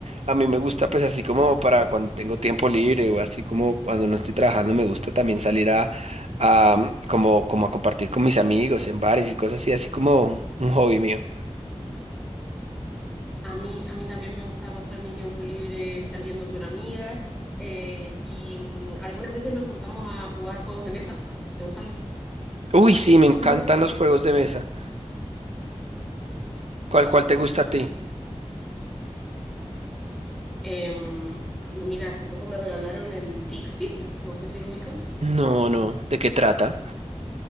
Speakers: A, on the right; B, in the centre.
A: a mí me gusta pues así como para cuando tengo tiempo libre o así como cuando no estoy trabajando, me gusta también salir a, a, mm, como, como a compartir con mis amigos en bares y cosas así, así como un hobby mío.
B: A mí, a mí también me gusta pasar mi tiempo libre saliendo con amigas eh, y mm, algunas veces nos juntamos a jugar juegos de mesa. ¿Te gustan
A: Uy, sí,
B: los
A: me
B: juegos
A: encantan
B: de mesa?
A: los juegos de mesa. ¿Cuál, cuál te gusta a ti?
B: Em, mira, hace poco me regalaron el Dixit, no sé si lo ubicas.
A: No, no. ¿De qué trata?